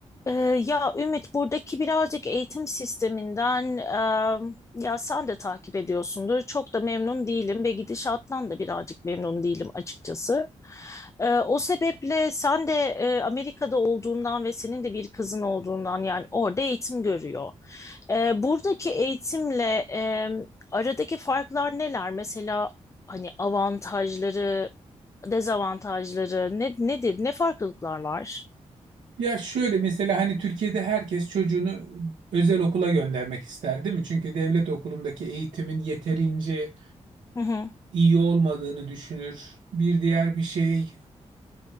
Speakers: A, on the left (about 25°); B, on the right (about 80°).
A: Ee, ya Ümit buradaki birazcık eğitim sisteminden e, ya sen de takip ediyorsundur. Çok da memnun değilim ve gidişattan da birazcık memnun değilim açıkçası. Ee, o sebeple sen de e, Amerika'da olduğundan ve senin de bir kızın olduğundan yani orada eğitim görüyor. Ee, buradaki eğitimle e, aradaki farklar neler? Mesela hani avantajları, dezavantajları ne, nedir? Ne farklılıklar var?
B: Ya şöyle mesela hani Türkiye'de herkes çocuğunu özel okula göndermek ister değil mi? Çünkü devlet okulundaki eğitimin yeterince
A: Hı hı.
B: iyi olmadığını düşünür. Bir diğer bir şey